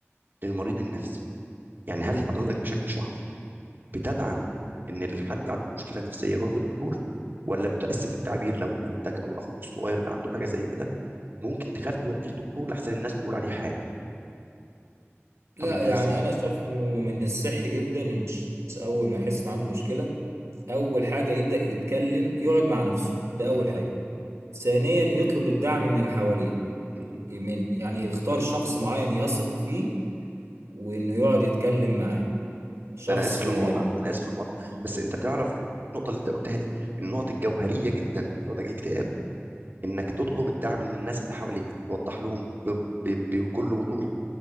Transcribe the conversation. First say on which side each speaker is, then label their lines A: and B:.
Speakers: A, on the right (about 45°); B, on the right (about 80°).
A: للمريض النفسي يعني هل حضرتك
B: مم.
A: بشكل شخصي بتدعم ان الحد عنده مشكله نفسيه يروح لدكتور ولا متاسف التعبير لو اختك او اخوك الصغير اللي عنده حاجه زي كده ممكن تخاف توديه لدكتور لحسن الناس تقول عليه حاجه
B: لا
A: طبيب نفسي
B: يعني
A: يعني
B: انا شايف انه من الصحي جدا ان الشخص اول ما يحس ان عنده مشكله اول حاجه يبدا يتكلم يقعد مع نفسه ده اول
A: م-
B: حاجه ثانيا يطلب الدعم من اللي حواليه
A: م- م.
B: من يعني يختار شخص معين يثق فيه وانه يقعد يتكلم معاه شخص
A: انا اسف
B: يعني
A: للمقاطعه انا اسف للمقاطعه
B: اه
A: بس انت تعرف ان النقطه اللي انت قلتها دي من النقط الجوهريه جدا في علاج الاكتئاب انك تطلب الدعم من الناس اللي حواليك توضح لهم ب- ب- بكل وضوح